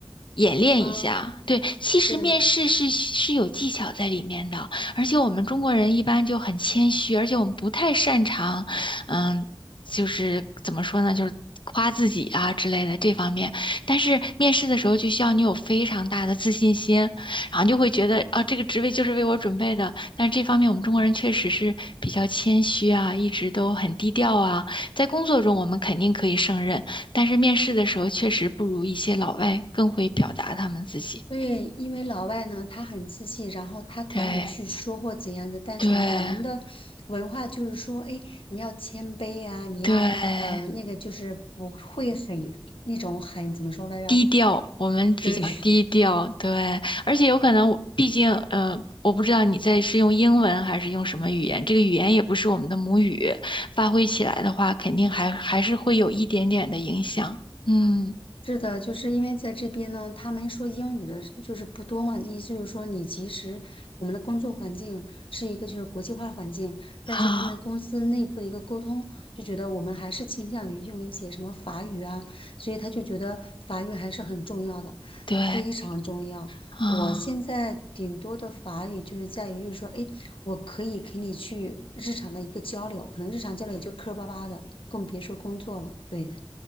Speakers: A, on the left; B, on the left.
A: 演练一下。
B: 啊，
A: 对，其实面试是是有技巧在里面的，
B: 对
A: 而且我们中国人一般就很谦虚，而且我们不太擅长，嗯，就是怎么说呢，就是夸自己啊之类的这方面。但是面试的时候就需要你有非常大的自信心，然后就会觉得啊，这个职位就是为我准备的。但是这方面我们中国人确实是比较谦虚啊，一直都很低调啊。在工作中我们肯定可以胜任，但是面试的时候确实不如一些老外更会表达他们自己。
B: 对，因为老外呢，他很自信，然后他敢于去说或怎样的，
A: 对
B: 但是我们的文化就是说，
A: 对
B: 哎，你要谦卑啊，
A: 对
B: 你要呃那个就是不会很那种很怎么说来着？
A: 低调，我们比较低调，
B: 对，<laughs>
A: 对，而且有可能我，毕竟，呃，我不知道你在是用英文还是用什么语言，这个语言也不是我们的母语，发挥起来的话，肯定还还是会有一点点的影响。嗯，
B: 是的，就是因为在这边呢，他们说英语的就是不多嘛，意思就是说你即使我们的工作环境是一个就是国际化环境，
A: 啊，
B: 但是他们公司内部的一个沟通，就觉得我们还是倾向于用一些什么法语啊，所以他就觉得法语还是很重要的，
A: 对，
B: 非常重要。
A: 啊，
B: 我现在顶多的法语就是在于，就是说，哎，我可以给你去日常的一个交流，可能日常交流也就磕磕巴巴的，更别说工作了。对，